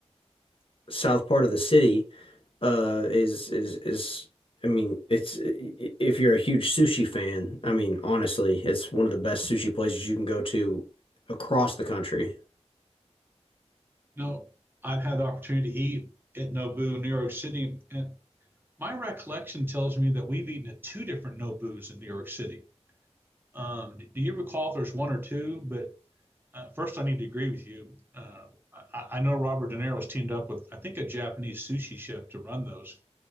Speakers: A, on the left; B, on the right.
A: south part of the city uh is is is I mean it's if you're a huge sushi fan, I mean honestly, it's one of the best sushi places you can go to across the country.
B: No, I've had the opportunity to eat at Nobu in New York City. And my recollection tells me that we've eaten at two different Nobus in New York City. Um, do you recall if there's one or two? But Uh, first, I need to agree with you. Uh, I, I know Robert De Niro's teamed up with, I think, a Japanese sushi chef to run those.